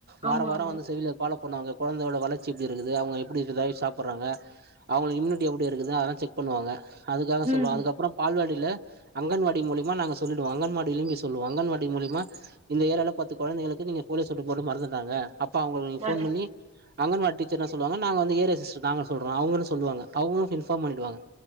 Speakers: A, on the right; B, on the right.
A: வாரோ
B: ஆமா
A: வாரோ
B: ஆமா
A: வந்து செவிலியர் ஃபாலோ பண்ணுவாங்க கொழந்தையோட வளர்ச்சி எப்டி இருக்குது அவுங்க எப்டிக்கு தாய் சாப்பர்றாங்க அவுங்ளுக்கு இம்யூனிட்டி எப்டி இருக்குது அதெல்லா செக் பண்ணுவாங்க அதுக்காக
B: ம்
A: சொல்வோ
B: ம்
A: அதுக்கப்பறம் பால்வாடில அங்கன்வாடி மூலிமா நாங்க சொல்லிடுவோ அங்கன்வாடிலயு போய் சொல்லுவோ அங்கன்வாடி மூலிமா இந்த ஏரியால பத்து கொழந்தைங்களுக்கு நீங்க போலியோ சொட்டு போட மறந்துட்டாங்க அப்ப அவுங்களுக்கு
B: வர
A: ஃபோன் பண்ணி அங்கன்வா டீச்சர் என்ன சொல்லுவாங்க நாங்க வந்து ஏரியா சிஸ்டர் நாங்க சொல்றோ அவுங்களு சொல்வாங்க அவுங்களு இன்ஃபார்ம் பண்ணிடுவாங்க